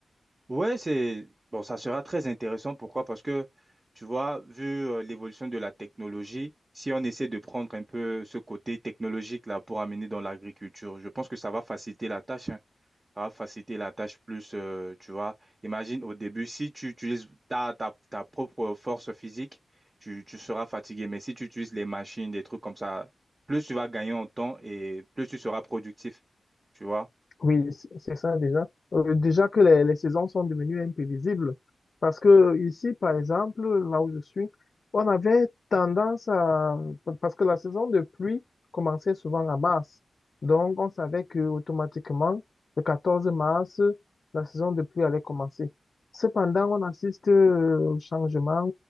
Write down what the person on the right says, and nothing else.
Ouais, c'est bon, ça sera très intéressant. Pourquoi? Parce que tu vois, vu euh, l'évolution de la technologie, si on essaie de prendre un peu ce côté technologique là pour amener dans l'agriculture, je pense que ça va faciliter la tâche. hein. Ça va faciliter la tâche plus, euh, tu vois. Imagine au début, si tu utilises ta, ta, ta propre force physique, tu, tu seras fatigué. Mais si tu utilises les machines, des trucs comme ça, plus tu vas gagner en temps et plus tu seras productif, tu vois.